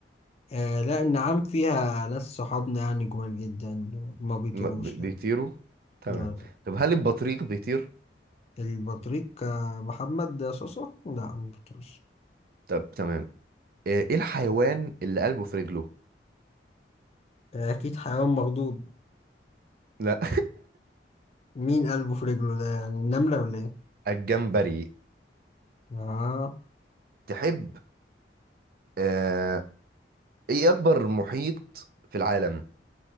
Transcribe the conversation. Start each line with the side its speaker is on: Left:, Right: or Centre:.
Left: آه لا النعام فيها ناس صحابنا يعني جمال جدا ما بيطيروش
Right: م- ب-
Left: لا
Right: بيطيروا تمام
Left: لا لا.
Right: طب هل البطريق بيطير
Left: البطريق آه، محمد صوصة لا ما بيطيرش
Right: طب تمام ايه إيه الحيوان اللي قلبه في رجله
Left: آه أكيد حيوان مخضوض
Right: لا
Left: مين قلبه في رجله ده يعني النملة ولا إيه؟
Right: <laughs> الجمبري
Left: آه,
Right: تحب آه... ايه اكبر محيط في العالم